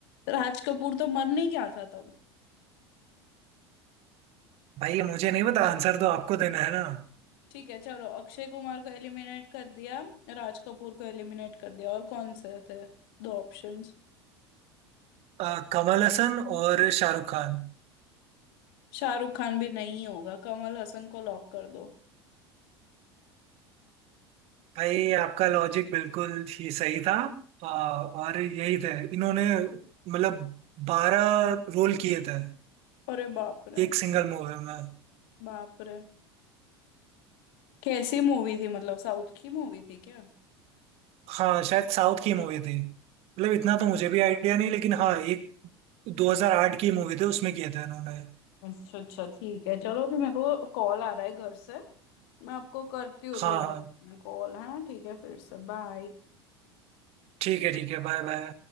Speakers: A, on the left; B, on the right.
A: राज कपूर तो मर नहीं गया था तब
B: भाई ये मुझे नहीं पता आंसर तो आपको देना है ना
A: ठीक है चलो अक्षय कुमार को एलिमिनेट कर दिया राज कपूर को एलिमिनेट कर दिया और कौन से थे दो ऑप्शंस
B: अ, कमल हसन और शाहरुख खान
A: शाहरुख खान भी नहीं होगा कमल हसन को लॉक कर दो
B: भाई आपका लॉजिक बिल्कुल ही सही था अ, और यही थे इन्होंने मतलब बारह रोल किए थे
A: अरे बाप रे
B: एक सिंगल मूवी में
A: बाप रे कैसी मूवी थी मतलब साउथ की मूवी थी क्या
B: हाँ शायद साउथ की मूवी थी मतलब इतना तो मुझे भी आइडिया नहीं लेकिन हाँ एक 2008 की मूवी थी उसमें किया था इन्होंने
A: अच्छा अच्छा ठीक है चलो अभी मेरे को कॉल आ रहा है घर से मैं आपको करती हूँ
B: हाँ
A: दो मिनट
B: हाँ
A: में कॉल है ना ठीक है फिर से बाय
B: ठीक है ठीक है बाय बाय